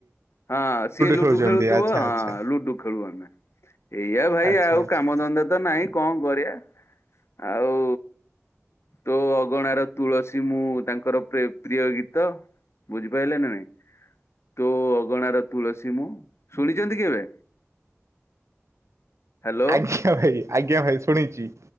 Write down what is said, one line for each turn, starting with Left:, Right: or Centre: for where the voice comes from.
Left: ହଁ ସିଏ ଲୁଡୁ
Right: ଖେଳୁଛନ୍ତି
Left: ଖେଳୁଥିବ
Right: ଆଚ୍ଛା
Left: ହଁ
Right: ଆଚ୍ଛା
Left: ଲୁଡୁ ଖେଳୁ ଆମେ। ଏଇଆ ଭାଇ
Right: ଆଚ୍ଛା
Left: ଆଉ
Right: ଆଚ୍ଛା
Left: କାମ ଧନ୍ଦା ତ ନାହିଁ କଣ କରିବା ଆ ଆଉ ତୋ ଅଗଣାର ତୁଳସୀ ମୁଁ ତାଙ୍କର ପ୍ରିୟ ଗୀତ ବୁଝିପାରିଲେ ନା ନାଇଁ। ତୋ ଅଗଣା ର ତୁଳସୀ ମୁଁ ଶୁଣିଛନ୍ତି କେବେ? ହ୍ୟାଲୋ
Right: ଆଜ୍ଞା ଭାଇ ଆଜ୍ଞା ଭାଇ ଶୁଣିଛି।